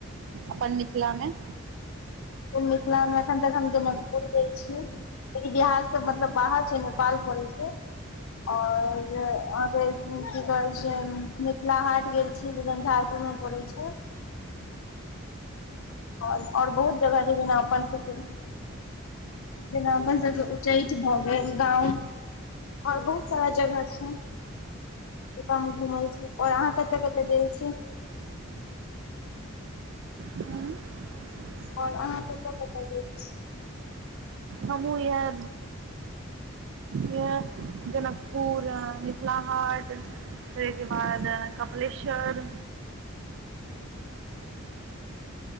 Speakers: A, on the right; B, on the left.
A: अपन मिथ थला मे
B: मिथलामे अखन तक हम जनकपुर गेल छी इ बिहार से मतलब बाहर छै नेपाल पड़ै छैय और <unintelligible> की कहै छैय मिथिला हाट गेल छी झंझारपुर मे परै छैय और और बहुत जगह छैय जेना अपन सब के जेना अपन सबके उच्चैठ भ गेल गाँव और बहुत सारा जगह छैय ओतअ हम घुमल छी और आहाँ कतऽ कतऽ गेल छी
A: उम <unintelligible>
B: और आहाँ कतऽ-कतऽ गेल छी
A: हमहु इयहे इहे जनकपुर मिथिला हाट तैय के बाद कपलेश्वर